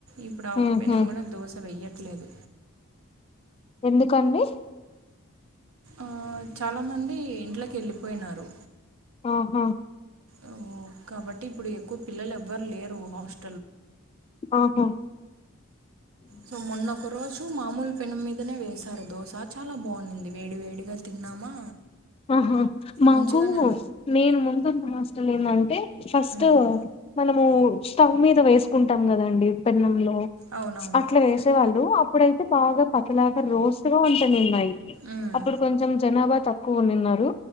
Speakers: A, on the right (about 75°); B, on the left (about 25°).
A: ఇప్పుడు ఆ ఒక
B: ఉహు
A: పెనుము కూడా దోశ వెయట్లేదు
B: ఎందుకండి
A: ఆ చాలా మంది ఇంట్లోకి వెళ్ళిపోయినారు.
B: ఆహా
A: ఓ, కాబట్టి ఇప్పుడు ఎక్కువ పిల్లలు ఎవ్వరు లేరు హాస్టల్
B: ఆహో
A: సో మొన్నొ ఒక రోజు మామూలు పెనుం మీదనే వేసారు. దోశ చాలా బాగుంది వేడి వేడిగా తిన్నామా
B: ఆహా మాకు
A: మంచిగానే
B: నేను ముందున్న హస్టలేమని ఫస్ట్
A: ఉంది
B: మనము స్టవ్ మీద వేసుకుం పెట్టం గదండి పెన్నంలో
A: అవునవును
B: అట్లా జేసేవాళ్ళు అ ఇప్పుడైతే బాగా పతలాగా రోస్ట్గా ఉంటుందిన్నాయి
A: ఉమ్,
B: అప్పుడు కొంచెం జనాభా తక్ కోన్నారు